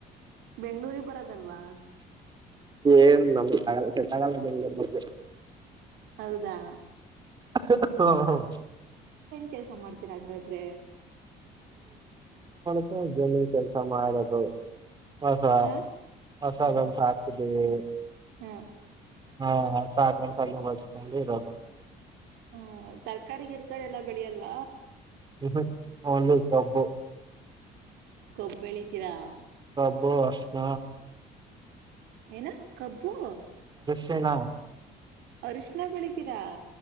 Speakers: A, on the right; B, on the right.
A: ಬೆಂಗ್ಳೂರ್ಗೆಬರೋದಲ್ವಾ
B: ಏನ್ ನಮ್ಗಗಾಲ್ ಸೆಟ್ಟಗಲ್ಲ ಬೆಂಗ್ಳುರ್ಗ್ಗ್ಬಂದ್ರೆ
A: ಹೌದಾ
B: ಹ್ಹ್ ಹ್ಹ್ಹ್ ಹ್ಹ್ <unintelligible>
A: ಕೆಲ್ಸ ಮಾಡ್ತೀರಾ ಹಂಗಾದ್ರೆ
B: ಹ್ ಜಮೀನ್ಕೆಲ್ಸ ಮಾಡದು ಅಸ
A: ಹಾ
B: ಅಸಗಳ್ಸಾಕಿದೀವಿ
A: ಹಾ ಹಾ
B: ಹಾ ಸಾಕಂಡ್ ಸಗಣಿಬಾಚ್ಕಂಡಿರದು
A: ಹಾ ತರ್ಕಾರಿ ಗಿರ್ಕಾರಿ ಎಲ್ಲ ಬೆಳಿಯಲ್ವ
B: ಉಹು ಓನ್ಲಿ ಕಬ್ಬು
A: ಕಬ್ಬೆಳೀತೀರಾ
B: ಕಬ್ಬು ಅರ್ಷ್ಣ
A: ಏನಾ ಕಬ್ಬು
B: ಶಿಣ
A: ಅರ್ಶ್ಣ ಬೆಳಿತಿರಾ